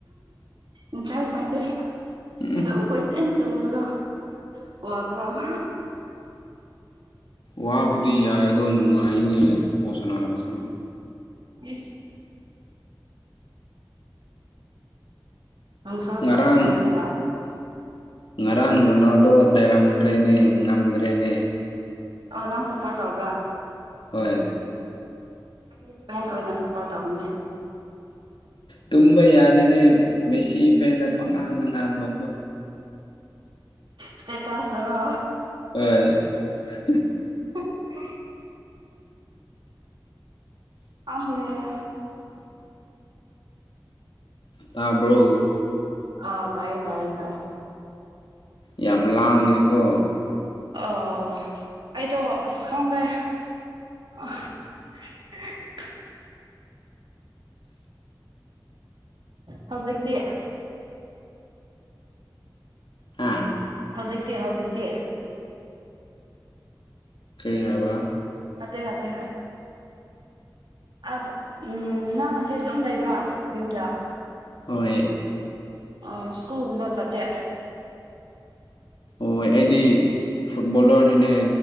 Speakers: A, on the right; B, on the left.
A: ꯏꯟꯇ꯭ꯔꯦꯁ ꯂꯩꯇꯦ
B: ꯎꯝ
A: ꯑꯗꯨꯝ ꯀꯣꯏꯆꯦꯟ ꯆꯦꯟꯕꯗꯣ ꯋꯥꯗ꯭ꯔꯣ <unintelligible>
B: ꯋꯥꯕꯨꯗꯤ ꯌꯥꯏ ꯗꯣ ꯅꯨꯡꯉꯥꯏꯅꯦ ꯕꯣꯜ ꯁꯅꯥꯕꯁꯦ
A: ꯏꯁ ꯅꯨꯡꯁꯥ
B: ꯉꯔꯥꯡ
A: ꯁꯥꯕ ꯀꯥꯟꯁꯤꯗ
B: ꯉꯔꯥꯡ ꯔꯣꯅꯥꯜꯗꯣ ꯂꯩꯔꯝꯈ꯭ꯔꯦꯅꯦ ꯉꯝꯗ꯭ꯔꯦꯅꯦ
A: ꯑ ꯅꯪ ꯁꯞꯄꯣꯔꯠ ꯇꯧꯕ꯭ꯔꯥ
B: ꯍꯣꯏ
A: ꯑꯩꯗꯤ ꯏꯁꯄꯦꯟ ꯑꯣꯏꯅ ꯁꯐꯣꯔ ꯇꯧꯅꯤꯅꯦ
B: ꯇꯨꯝꯕ ꯌꯥꯗꯦꯅꯦ ꯃꯦꯁꯤ ꯐꯦꯟꯗ ꯄꯪꯉꯥꯡꯗ ꯉꯥꯡꯕ <unintelligible>
A: ꯏꯁꯇꯦꯇꯁ ꯇꯥꯔꯣ
B: ꯍꯣꯏ <unintelligible>
A: <unintelligible> <unintelligible>
B: ꯇꯥꯕ꯭ꯔꯣ
A: ꯑꯥ ꯇꯥꯏꯌꯦ ꯇꯥꯏꯌꯦ ꯇꯥꯏꯌꯦ
B: ꯌꯥꯝ ꯂꯥꯡꯉꯦꯀꯣ
A: ꯑꯣ ꯑꯩꯗꯣ ꯑꯁ ꯈꯪꯗꯦ <unintelligible> ꯍꯧꯖꯤꯛꯇꯤ
B: ꯍꯥ
A: ꯍꯧꯖꯤꯛꯇꯤ ꯍꯧꯖꯤꯛꯇꯤ
B: ꯀꯔꯤ ꯍꯥꯏꯕ
A: ꯅꯠꯇꯦ ꯅꯠꯇꯦ ꯑꯁ ꯎꯝ ꯅꯪ ꯉꯁꯝ ꯑꯗꯨꯝ ꯂꯩꯕ꯭ꯔꯥ ꯌꯨꯝꯗ
B: ꯍꯣꯏ
A: ꯑꯥ ꯁꯀꯨꯜꯒꯨꯝꯕ ꯆꯠꯇꯦ
B: ꯍꯣꯏ ꯑꯩꯗꯤ ꯐꯨꯠꯕꯣꯂꯔꯅꯤꯅꯦ